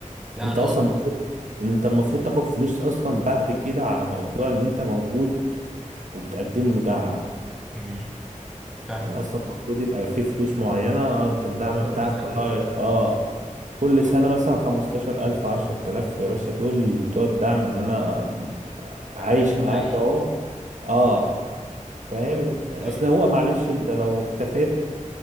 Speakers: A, in the centre; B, on the right (about 65°).
A: لا
B: انت
A: انا
B: اصلا
A: قصدي
B: المفروض انت المفروض تاخد فلوس اصلا بعد كده على موضوع ان انت موجود وبتقدم له دعم
A: أمم. فاهمك
B: يعني اصلا المفروض يبقى في فلوس معينة اه انت الدعم
A: لو كله
B: بتاعك
A: مثلا
B: والله اه كل
A: آه.
B: سنة مثلا خمستاشر ألف عشرة آلاف يا باشا دول بتوع الدعم إن أنا
A: بحتاجك
B: عايش
A: بلاقيك
B: معاك أهو اه فاهم اصل
A: ايوه
B: هو معلش انت لو اختفيت